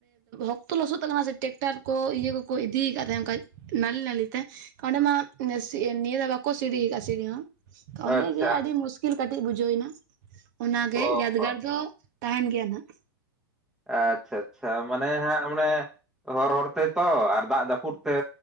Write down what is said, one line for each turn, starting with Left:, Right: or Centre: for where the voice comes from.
Right: ᱚᱠᱛᱚ ᱞᱚᱥᱚᱫ ᱛ ᱠᱟᱱᱟ ᱥᱮ ᱴᱮᱠᱴᱟᱨ ᱠᱚ ᱤᱭᱟᱹ ᱠᱚᱠᱚ ᱤᱫᱤᱭ ᱟᱠᱟᱫ ᱛᱟᱦᱮᱸᱱ ᱠᱷᱟᱱᱡ ᱱᱟᱹᱞᱤ ᱱᱟᱹᱞᱤ ᱛᱮ, ᱠᱚᱱ ᱢᱟ ᱱᱤᱭᱟᱹ ᱫᱵᱟ ᱠᱚ ᱥᱤᱲᱤ ᱟᱠᱟᱫᱼᱟ ᱥᱤᱲᱤ ᱦᱚᱸᱚ ᱚᱸᱰᱮ
Centre: ᱟᱪᱪᱷᱟ,
Right: ᱜᱮ ᱟᱹᱰᱤ ᱢᱩᱥᱠᱤᱞ ᱠᱟᱹᱴᱤᱡ ᱵᱩᱡᱷᱟᱹᱣ ᱮᱱᱟ᱾ ᱚᱱᱟᱜᱮ
Centre: ᱚ
Right: ᱮᱭᱟᱟᱫᱽᱜᱟᱨ
Centre: ᱦᱚ
Right: ᱫᱚ ᱛᱟᱦᱮᱱ ᱜᱮᱭᱟ ᱱᱟᱦᱟᱜ
Centre: ᱟᱪᱪᱷᱟ ᱟᱪᱪᱷᱟ ᱢᱟᱱᱮ ᱦᱮᱸ ᱢᱟᱱᱮ ᱦᱚᱨ ᱦᱚᱨ ᱛᱮᱛᱚ ᱟᱨ ᱫᱟᱜ ᱡᱟᱹᱯᱩᱫᱽ ᱛᱮ